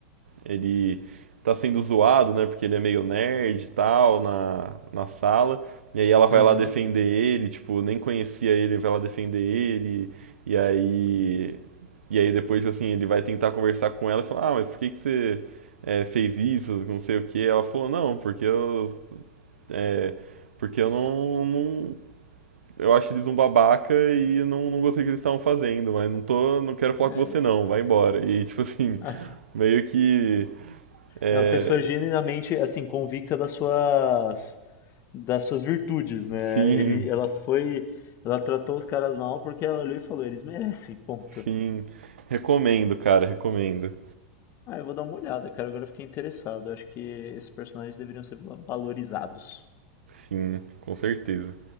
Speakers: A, on the right (about 70°); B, on the left (about 40°).
A: Ele tá sendo zoado, né? Porque ele é meio nerd e tal na, na sala. E aí ela vai
B: Aham.
A: lá defender ele, tipo, nem conhecia ele, vai lá defender ele. E aí. E aí depois, tipo assim, ele vai tentar conversar com ela e falar, ah, mas por que que você é, fez isso? Não sei o quê. Ela falou, não, porque eu. é, porque eu não, não- Eu acho eles um babaca e não, não gostei do que eles estavam fazendo, mas não tô. Não quero falar
B: É,
A: com você não, vai embora. E aí, tipo assim,
B: a-
A: meio que. É,
B: é uma pessoa genuinamente, assim, convicta das suas, das suas virtudes, né?
A: Sim,
B: Ele, ela foi, ela tratou os caras mal porque ela olhou e falou, eles merecem, ponto.
A: sim. Recomendo, cara, recomendo.
B: Ah, eu vou dar uma olhada, cara. Agora eu fiquei interessado. Acho que esses personagens deveriam ser valorizados.
A: Sim, com certeza.